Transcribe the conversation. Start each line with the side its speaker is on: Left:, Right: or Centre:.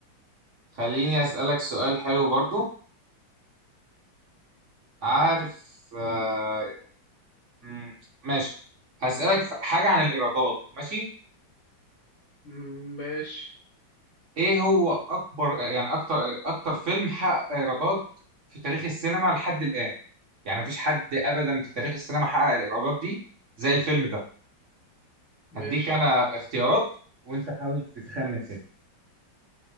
Right: خليني أسألك سؤال حلو برضو عارف آه مم، ماشي هسألك ف- حاجة عن الإيرادات ماشي
Left: مم، ماشي
Right: إيه هو أكبر يعني أكتر أكتر فيلم حقق إيرادات في تاريخ السينما لحد الآن يعني مفيش حد أبدا في تاريخ السينما حقق الإيرادات دي زي الفيلم ده هديك
Left: ماشي
Right: أنا اختيارات وأنت حاول تتخمن كده